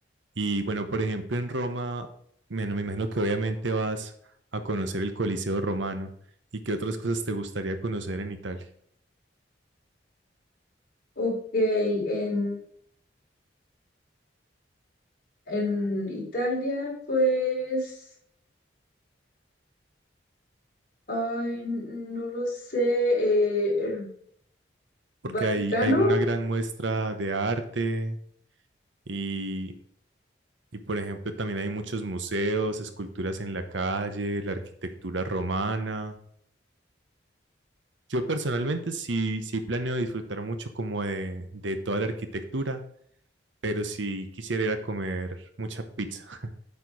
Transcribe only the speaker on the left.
Ok, en, en Italia, pues, ay, no lo sé, eh, el
Vaticano,